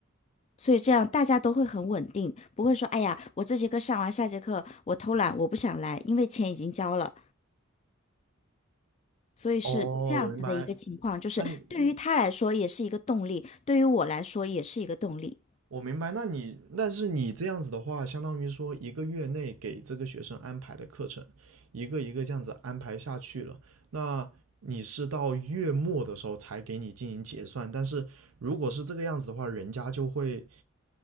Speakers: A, on the left; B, on the right.
A: 所以这样大家都会很稳定，不会说哎呀，我这节课上完，下节课我偷懒，我不想来，因为钱已经交了。所以是这样子的一个情况，
B: 哦，我明白。
A: 就是对于他来说也是一个动力，
B: 那你
A: 对于我来说也是一个动力。
B: 我明白，那你，但是你这样子的话，相当于说一个月内给这个学生安排的课程，一个一个这样子安排下去了，那你是到月末的时候才给你进行结算，但是如果是这个样子的话，人家就会